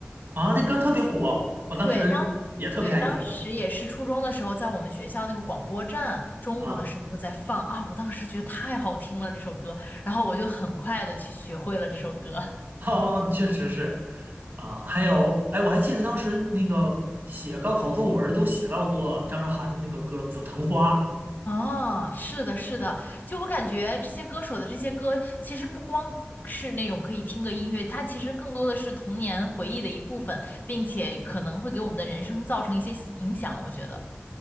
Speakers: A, on the right; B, on the left.
A: 啊，那歌特别火，我当时也特别爱听。
B: 对，当对当时也是初中的时候，在我们学校那个广播站，中午的时候在放啊，
A: 啊。
B: 我当时觉得太好听了这首歌，然后我就很快的去学会了这首歌。
A: <laughs> 哦，确实是，啊，还有，哎，我还记得当时那个写高考作文儿都写到过张韶涵的那个歌《紫藤花》。
B: 哦，是的，是的，就我感觉这些歌手的这些歌，其实不光是那种可以听个音乐，它其实更多的是童年回忆的一部分，并且可能会给我们的人生造成一些影响，我觉得。